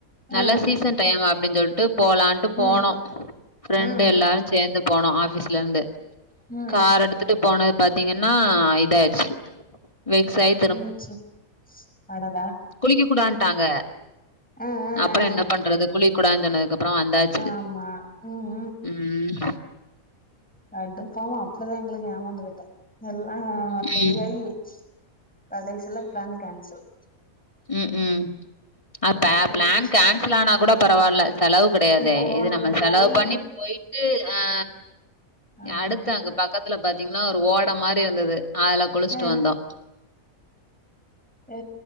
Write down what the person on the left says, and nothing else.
நல்ல
சீசன் டைம் அப்டின் சொல்ட்டு போலான்ட்டு போனோ
ஃப்ரெண்டு
எல்லாரு சேர்ந்து போனோ ஆபீஸ்ல இருந்து
கார் எடுத்துட்டு போனது பாத்தீங்கன்னா இதாயிர்ச்சு வெக்ஸாய்
குளிக்க கூடான்ட்டாங்க
அப்புறோ
என்ன பண்றது குளிக் கூடான் சொன்னதுக்கப் புறோ வந்தாச்சு
ம்
ம்
ம் ம் அப்ப
பிளான் கேன்சல் ஆனா கூட பரவால்ல செலவு கெடையாதே
இது
நம்ம செலவு
பண்ணி போயிட்டு ஆ
அடுத்து அங்க பக்கத் பக்கத்துல பாத்தீங்கன்னா ஒரு ஓடம் மாரி இருந்தது அதுல குளிஸ்ட்டு
வந்தோ